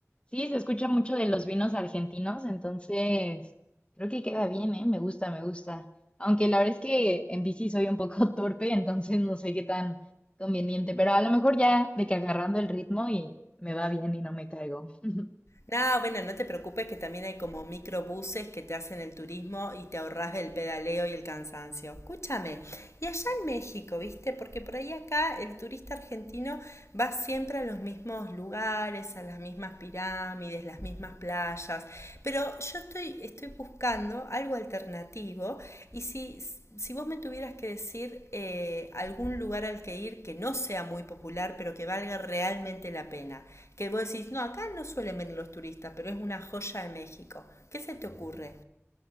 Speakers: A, on the left (about 20°); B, on the left (about 65°).
A: sí, se escucha mucho de los vinos argentinos, entonces creo que queda bien, ¿eh? Me gusta, me gusta. Aunque la verdad es que en bici soy un poco <laughs> torpe, entonces no sé qué tan conveniente, pero a lo mejor ya de que agarrando el ritmo y me va bien y no me caigo. <laughs>
B: No, bueno, no te preocupes que también hay como microbuses que te hacen el turismo y te ahorras del pedaleo y el cansancio. Escúchame, y allá en México, ¿viste? Porque por ahí acá el turista argentino va siempre a los mismos lugares, a las mismas pirámides, las mismas playas. Pero yo estoy, estoy buscando algo alternativo y si, si vos me tuvieras que decir eh, algún lugar al que ir que no sea muy popular, pero que valga realmente la pena, que vos decís, no, acá no suelen venir los turistas, pero es una joya de México, ¿qué se te ocurre?